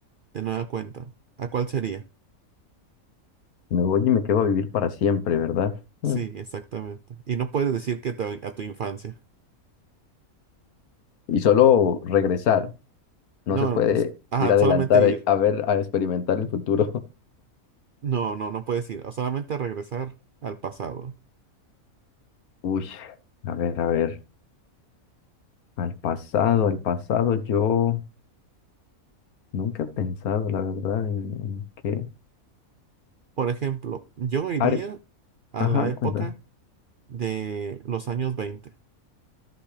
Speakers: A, on the right; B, on the left.
A: de nueva cuenta, ¿a cuál sería?
B: Me voy y me quedo a vivir para siempre, ¿verdad? Mm.
A: Sí, exactamente. Y no puedes decir que te- a tu infancia.
B: Y solo regresar, no
A: No,
B: se puede
A: s- ajá,
B: ir adelantar
A: solamente ir.
B: eh, a ver, a experimentar el futuro.
A: No, no, no puedes ir. Solamente regresar al pasado.
B: <laughs> Uy, a ver, a ver, al pasado, al pasado, yo nunca he pensado, la verdad, en, en qué...
A: Por ejemplo, yo iría
B: Are-
A: a
B: Ajá,
A: la época
B: cuenta.
A: de los años 20.